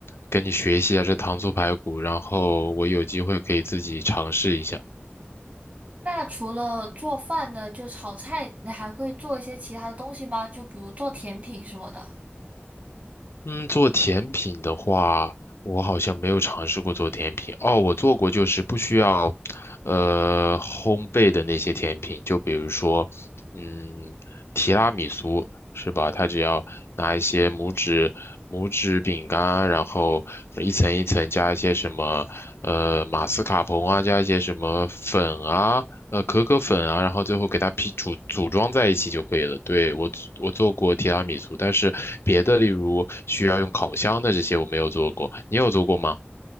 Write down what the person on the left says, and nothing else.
跟你学习一下这糖醋排骨，然后我有机会可以自己尝试一下。
嗯，做甜品的话，我好像没有尝试过做甜品。哦，我做过，就是不需要，呃，烘焙的那些甜品，就比如说，嗯，提拉米苏是吧？它只要拿一些拇指拇指饼干，然后一层一层加一些什么，呃，马斯卡彭啊，加一些什么粉啊，呃可可粉啊，然后最后给它批组组装在一起就可以了。对，我我做过提拉米苏，但是别的例如需要用烤箱的这些我没有做过，你有做过吗？